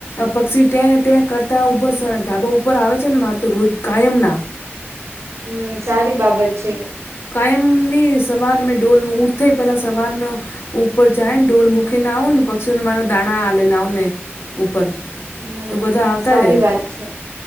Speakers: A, on the left; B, on the right.
A: પક્ષી ટે ટે કરતા ઉબા સે ઉપર આવે છે, ને માર તો રોજ કાયમના
B: હમ સારી બાબત છે.
A: કાયમની સવારમે ડોલ ઉઠે થેય પહેલાં સવાર મે ઉપર જાય ઢોલ મુકે ના ઉને પક્ષીઓના મા દાણા હાલે ને આઉને ઉપર
B: હમ
A: તો બધા આવતા
B: સારી
A: રે
B: વાત છે